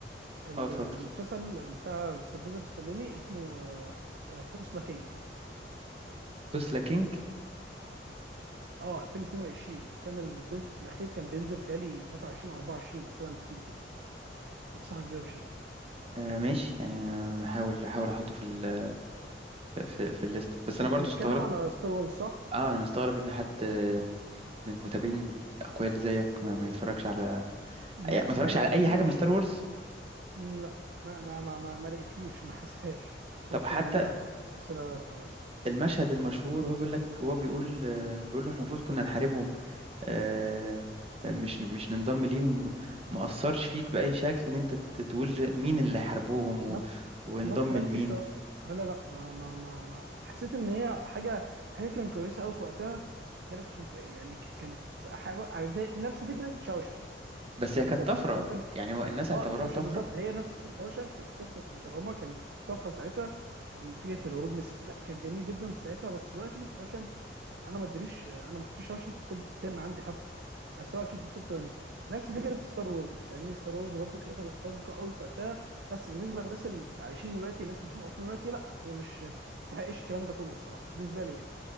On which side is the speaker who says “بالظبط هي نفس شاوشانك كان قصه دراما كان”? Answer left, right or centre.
Right